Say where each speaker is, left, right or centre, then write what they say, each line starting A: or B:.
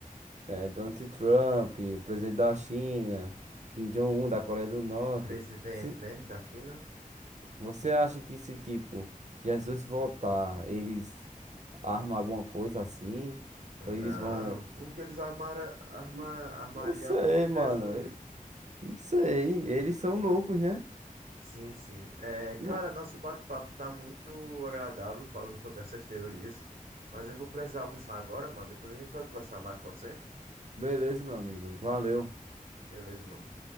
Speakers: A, on the right; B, on the right.
A: é, Donald Trump, o presidente da China, Kim Jong-un da Coreia do Norte,
B: o presidente,
A: se-
B: né, da China.
A: você acha que esse tipo Jesus voltar, eles arma alguma coisa assim?
B: Não,
A: Ou eles vão.
B: porque eles armaram arma,
A: N-
B: armaria
A: Não sei,
B: algo contra Jesus.
A: mano. eu- Não sei. Eles são loucos, né?
B: Sim, sim. É, cara,
A: Mo-
B: nosso bate-papo tá muito agradável falando sobre essas teorias. Mas eu vou precisar almoçar agora, mano. Depois a gente pode conversar mais, pode ser?
A: Beleza, meu amigo. Valeu.
B: Beleza, mano.